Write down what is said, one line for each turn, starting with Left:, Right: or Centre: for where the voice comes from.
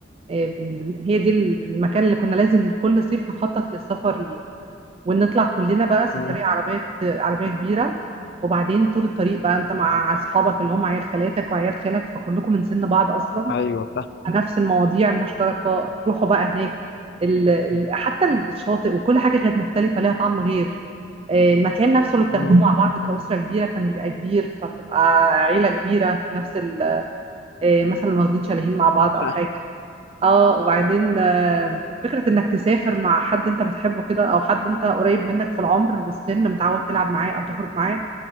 Right: آه، بن- بن- هي دي المكان اللي كنا لازم كل صيف نخطط للسفر ليه ونطلع كلنا بقى سفرية
Left: امم
Right: عربية عربية كبيرة وبعدين طول الطريق بقى انت مع اصحابك اللي هم عيال خالاتك وعيال خالك فكلكم من سن بعض اصلا
Left: ايوه فاهم
Right: نفس المواضيع المشتركة تروحوا بقى هناك ال... ال... حتى الشاطئ وكل حاجة كانت مختلفة ليها طعم غير آه، المكان نفسه اللي بتاخدوه
Left: امم
Right: مع بعض كأسرة كبيرة كان بيبقى كبير فبتبقى عيلة كبيرة في نفس ال... آه، مثلا واخدين شاليهين مع بعض او
Left: فاهم
Right: حاجة اه وبعدين آه، فكرة انك تسافر مع حد انت بتحبه كده او حد انت قريب منك في العمر والسن متعود تلعب معاه او تخرج معاه